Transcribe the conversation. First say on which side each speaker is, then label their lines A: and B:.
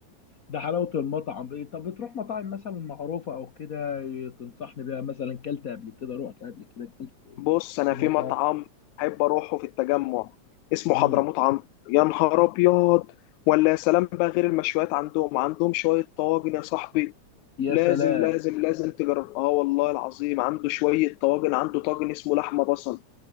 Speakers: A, on the left (about 45°); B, on the left (about 85°).
A: ده حلاوة المطعم إيه، طب بتروح مطاعم مثلا معروفة او كده إيه، تنصحني بيها مثلا كلت قبل كده رحت قبل كده كلت إيه
B: بص انا
A: في مطاعم
B: في مطعم احب اروحه في التجمع اسمه
A: مم.
B: حضرموت عنتر يا نهار ابيض ولا يا سلام بقى غير المشويات عندهم عندهم شويه طواجن يا صاحبي
A: يا
B: لازم
A: سلام
B: لازم لازم تجرب اه والله العظيم عنده شويه طواجن عنده طاجن اسمه لحمه بصل